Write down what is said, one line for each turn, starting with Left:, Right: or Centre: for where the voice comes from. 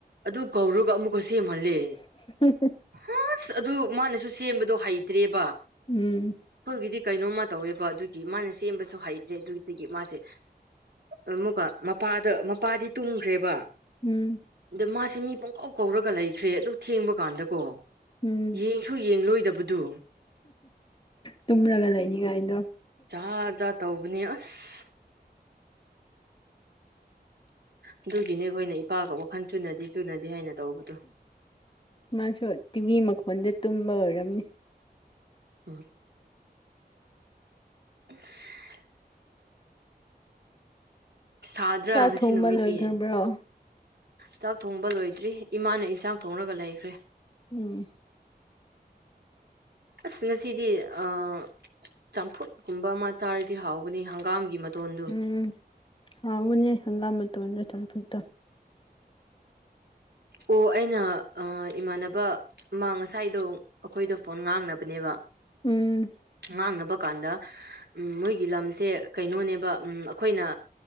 Right: ꯑꯗꯨ ꯀꯧꯔꯒ ꯑꯃꯨꯛꯀ ꯁꯦꯝꯍꯜꯂꯦ
Left: <unintelligible>
Right: ꯍꯁ ꯑꯗꯨ ꯃꯥꯅꯁꯨ ꯁꯦꯝꯕꯗꯣ ꯍꯩꯇ꯭ꯔꯦꯕ
Left: ꯎꯝ
Right: ꯑꯩꯈꯣꯏꯒꯤꯗꯤ ꯀꯩꯅꯣꯝꯃ ꯇꯧꯋꯦꯕ ꯑꯗꯨꯒꯤ ꯃꯥꯅ ꯁꯦꯝꯕꯁꯨ ꯍꯩ <unintelligible> ꯑꯗꯨꯗꯒꯤ ꯃꯥꯁꯦ ꯑꯃꯨꯛꯀꯣ ꯃꯄꯥꯗ ꯃꯄꯥꯗꯤ ꯇꯨꯝꯈ꯭ꯔꯦꯕ
Left: ꯎꯝ
Right: ꯑꯗ ꯃꯥꯁꯦ ꯃꯤ ꯄꯨꯡꯀꯧ ꯀꯧꯔꯒ ꯂꯩꯈ꯭ꯔꯦ ꯑꯗꯨ ꯊꯦꯡꯕ ꯀꯥꯟꯗꯀꯣ
Left: ꯎꯝ
Right: ꯌꯦꯡ ꯁꯨ ꯌꯦꯡꯂꯣꯏꯗꯕꯗꯣ
Left: ꯇꯨꯝꯔꯒ ꯂꯩꯅꯤꯉꯥꯏꯗꯣ
Right: ꯑꯥ ꯖꯥꯠ ꯇꯧꯕꯅꯦ ꯑꯁ ꯑꯗꯨꯒꯤꯅꯦ ꯑꯩꯈꯣꯏꯅ ꯏꯄꯥꯒ ꯋꯥꯈꯟ ꯆꯨꯅꯗꯦ ꯆꯨꯅꯗꯦ ꯍꯥꯏꯅ ꯇꯧꯕꯗꯣ
Left: ꯃꯥꯁꯨ ꯇꯤ ꯚꯤ ꯃꯈꯣꯟꯗ ꯇꯨꯝꯕ ꯑꯣꯏꯔꯝꯅꯤ
Right: ꯍꯣꯏ <unintelligible> ꯁꯥꯗ꯭ꯔꯥ
Left: ꯆꯥꯛ
Right: ꯉꯁꯤ
Left: ꯊꯣꯡꯕ
Right: ꯅꯨꯃꯤꯠꯇꯤ
Left: ꯂꯣꯏꯈ꯭ꯔꯕ꯭ꯔꯣ
Right: ꯆꯥꯛ ꯊꯣꯡꯕ ꯂꯣꯏꯗ꯭ꯔꯤ ꯏꯃꯥꯅ ꯏꯟꯁꯥꯡ ꯊꯣꯡꯂꯒ ꯂꯩꯈ꯭ꯔꯦ
Left: ꯎꯝ
Right: ꯑꯁ ꯉꯁꯤꯗꯤ ꯑꯥ ꯆꯝꯐꯨꯠꯀꯨꯝꯕ ꯑꯃ ꯆꯥꯔꯗꯤ ꯍꯥꯎꯕꯅꯦ ꯍꯪꯒꯥꯝꯒꯤ ꯃꯇꯣꯟꯗꯨ
Left: ꯎꯝ ꯍꯥꯎꯕꯅꯦ ꯍꯪꯒꯥꯝ ꯃꯇꯣꯜꯂ ꯆꯝꯐꯨꯠꯇꯣ
Right: ꯑꯣ ꯑꯩꯅ ꯑꯥ ꯏꯃꯥꯟꯅꯕ ꯑꯃ ꯉꯁꯥꯏꯗꯣ ꯑꯩꯈꯣꯏꯗꯣ ꯐꯣꯟ ꯉꯥꯡꯅꯕꯅꯦꯕ
Left: ꯎꯝ
Right: ꯉꯥꯡꯅꯕ ꯀꯥꯟꯗ ꯎꯝ ꯃꯣꯏꯒꯤ ꯂꯝꯁꯦ ꯀꯩꯅꯣꯅꯦꯕ ꯎꯝ ꯑꯩꯈꯣꯏꯅ